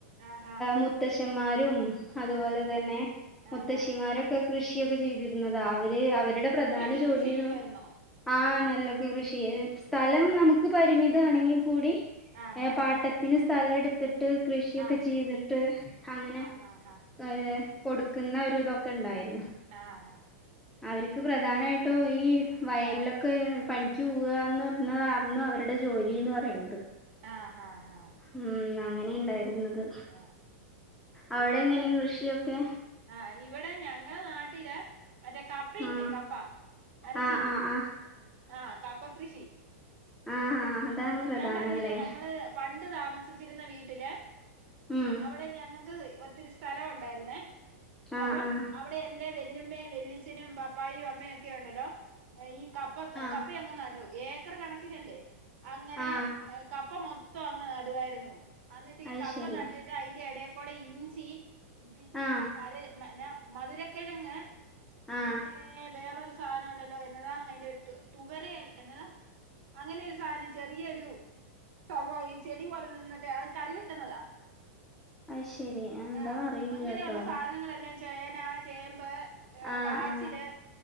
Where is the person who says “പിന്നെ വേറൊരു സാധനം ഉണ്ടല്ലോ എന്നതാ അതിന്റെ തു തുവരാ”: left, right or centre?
Right